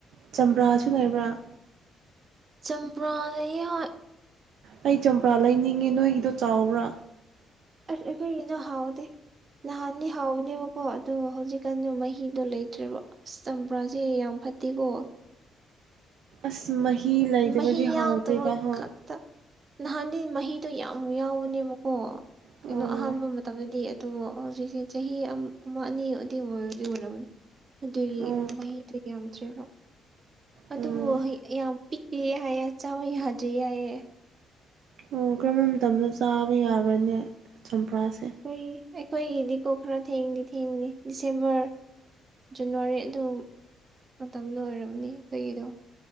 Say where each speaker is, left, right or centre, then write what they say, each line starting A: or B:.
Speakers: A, on the right; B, on the right.
A: ꯆꯝꯄ꯭ꯔꯥꯁꯨ ꯂꯩꯕ꯭ꯔꯥ
B: ꯆꯝꯄ꯭ꯔꯥꯗ ꯍꯣꯏ
A: ꯑꯩ ꯆꯝꯄ꯭ꯔꯥ ꯂꯩꯅꯤꯡꯉꯦ ꯅꯣꯏꯒꯤꯗꯣ ꯆꯥꯎꯕ꯭ꯔꯥ
B: ꯑ ꯏꯅ ꯍꯥꯎꯗ ꯅꯍꯥꯟꯅꯤ ꯍꯥꯎꯕꯅꯦꯕꯀꯣ ꯑꯗꯣ ꯍꯧꯖꯤꯛꯀꯥꯟꯗ ꯃꯍꯤꯗꯣ ꯂꯩꯇ꯭ꯔꯦꯕ ꯑ ꯆꯝꯄ꯭ꯔꯥꯁꯦ ꯌꯥꯝ ꯐꯠꯇꯦꯀꯣ
A: ꯑꯁ ꯃꯍꯤ ꯂꯩꯗꯕꯗꯤ
B: ꯃꯍꯤ ꯌꯥꯎꯗꯕ
A: ꯍꯥꯎꯗꯦꯗ ꯍ
B: ꯈꯛꯇ ꯅꯍꯥꯟꯗꯤ ꯃꯍꯤꯗꯣ ꯌꯥꯝ ꯌꯥꯎꯕꯅꯦꯕꯀꯣ
A: ꯑꯣ
B: ꯀꯩꯅꯣ ꯑꯍꯥꯟꯕ ꯃꯇꯝꯗꯗꯤ ꯑꯗꯨ ꯍꯧꯖꯤꯛꯁꯦ ꯆꯍꯤ ꯑꯃ ꯑꯅꯤ ꯑꯗꯨ ꯑꯣꯏꯔꯗꯤ ꯑꯣꯏꯔꯕꯅꯦ ꯑꯗꯨꯒꯤ
A: ꯑꯣ
B: ꯃꯍꯩꯗꯨ ꯌꯥꯝꯗ꯭ꯔꯦꯕ ꯑꯗꯨꯕꯨ
A: ꯎꯝ
B: ꯌꯥꯝ ꯄꯤꯛꯑ ꯌꯥꯏꯌꯦ ꯆꯥꯕ ꯌꯥꯗ꯭ꯔꯤ ꯌꯥꯏꯌꯦ
A: ꯑꯣ ꯀꯔꯝꯕ ꯃꯇꯝꯗ ꯆꯥꯕ ꯌꯥꯕꯅꯦ ꯆꯝꯄ꯭ꯔꯥꯁꯦ
B: ꯍꯈꯣꯏ ꯑꯩꯈꯣꯏꯒꯤꯗꯤꯀꯣ ꯈꯔ ꯊꯦꯡꯗꯤ ꯊꯦꯡꯕꯅꯤ ꯗꯤꯁꯦꯝꯕꯔ ꯖꯅꯋꯥꯔꯤ ꯑꯗꯨ ꯃꯇꯝꯗ ꯑꯣꯏꯔꯝꯅꯤ ꯑꯩꯈꯣꯏꯒꯤꯗꯣ